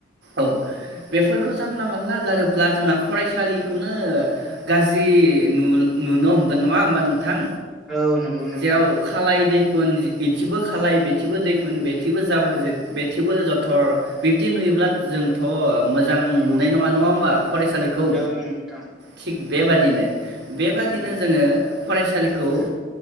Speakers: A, on the right (about 60°); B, in the centre.
A: औ बेफोरखौ जानला मोनानला गारोब्ला जोंहा फरायसालिखौनो गाज्रि नु-नुनो हमगोन नङा होमबा नोंथां?
B: औ नंगौ नोंथां।
A: जेराव खालाय इथिबो खालबाय बेथिबो दैफोन बेथिबो जाबोर बेथिबो जथर बिब्दि नुयोब्ला जोंथ मोजां
B: नंगौ
A: नुनाय नङा नङा होमबा फरायसालिखौ
B: औ नोंथां
A: थिग बेबादिनो बेबादिनो
B: उम
A: जोंङो फरायसालिखौ
B: उम